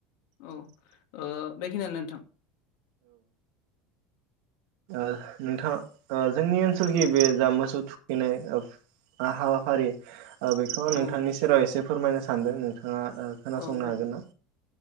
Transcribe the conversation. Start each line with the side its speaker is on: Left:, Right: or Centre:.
Left: औ ओ बेखिनियानो नोंथां
Right: नोंथाङा ओ जोंनि ओनसोलखि बे जा मोसौ थुखैनाय हाबाफारि बेखौ आं
Left: औ
Right: नोंथांनि सेराव एसे फोरमायनो सानदों नोंथां ङा खोनासंनो
Left: औ औ
Right: हागोन ना